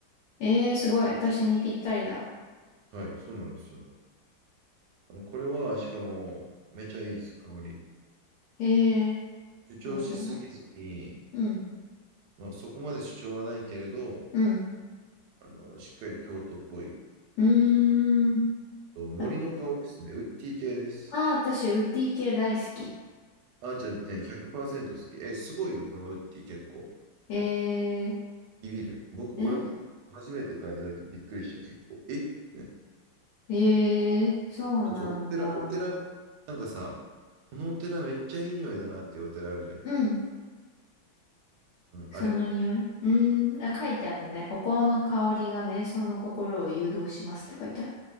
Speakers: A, on the left; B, on the right.
A: えー、すごい。私にぴったりだ。
B: はい、そうなんですよ。あの、これは、しかも、めちゃいいです、香り。
A: ええー、
B: 主張しすぎずに、
A: 本当だ。うん。
B: まあ、そこまで主張はないけれど、
A: うん。
B: あの、しっかり京都っぽい。
A: うーん。
B: と森の香りですね。
A: あ、
B: ウッディ系です。
A: あー、私、ウッディ系大好き。
B: あ、じゃあね、100%好き。え、すごいよ、このウッディ結構。
A: え
B: ビビる。僕、
A: ー、
B: 俺、
A: ん
B: 初めて変えた時びっくりした、結構。えみたいな
A: えー、そうなんだ。
B: そうそう、お寺、お寺、なんかさ、このお寺めっちゃいい匂いだなっていうお寺あるじゃん。
A: うん。
B: うん、
A: その匂い。
B: あれ。
A: うーん。あ、書いてあるね。お香の香りが瞑想の心を誘導しますって書いてある。